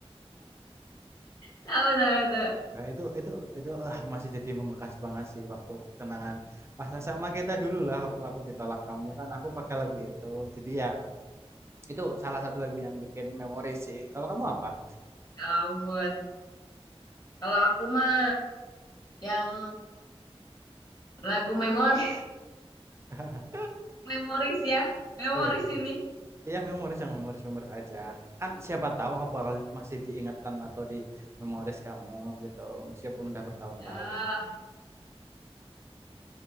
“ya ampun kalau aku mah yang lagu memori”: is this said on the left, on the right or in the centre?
Left